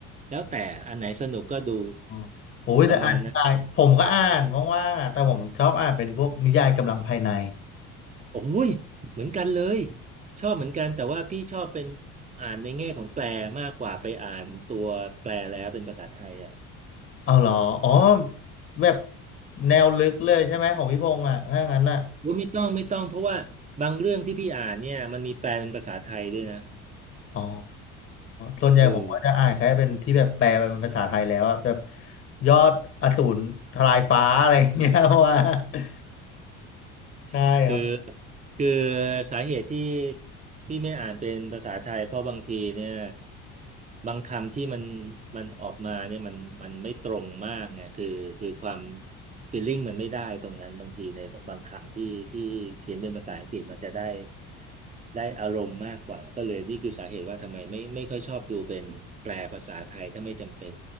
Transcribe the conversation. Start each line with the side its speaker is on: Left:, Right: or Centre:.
Right: แล้วแต่อันไหนสนุกก็ดู
Left: อ๋อโอ้ยแต่อ่านนิยายผมก็อ่านว่างๆอ่ะแต่ผมชอบอ่านเป็นพวกนิยายกำลังภายใน
Right: ประมาณนะโอ้ยเหมือนกันเลยชอบเหมือนกันแต่ว่าพี่ชอบเป็นอ่านในแง่ของแปลมากกว่าไปอ่านตัวแปลแล้วเป็นภาษาไทยอ่ะ
Left: เอาเหรออ๋อแบบแนวลึกเลยใช่ไหมของพี่พงษ์อ่ะถ้างั้นอ่ะ
Right: ว่าไม่ต้องไม่ต้องเพราะว่าบางเรื่องที่พี่อ่านเนี่ยมันมีแปลเป็นภาษาไทยด้วยนะ
Left: อ๋อส่วนใหญ่ผมก็จะอ่านแค่เป็นที่แบบแปลเป็นภาษาไทยแล้วอ่ะแบบ
Right: เออ
Left: ยอดอสูรทลายฟ้าอะไรอย่างเงี้ย <laughs> ว่า <laughs> ได้ครับ
Right: <laughs> คือคือสาเหตุที่ที่ไม่อ่านเป็นภาษาไทยเพราะบางทีเนี่ยบางคำที่มันมันออกมาเนี่ยมันมันไม่ตรงมากไงคือคือความฟีลลิ่งมันไม่ได้ตรงนั้นบางทีในบางคำที่ที่เขียนเป็นภาษาอังกฤษมันจะได้ได้อารมณ์มากกว่าก็เลยนี่คือสาเหตุว่าทำไมไม่ไม่ค่อยชอบดูเป็นแปลภาษาไทยถ้าไม่จำเป็น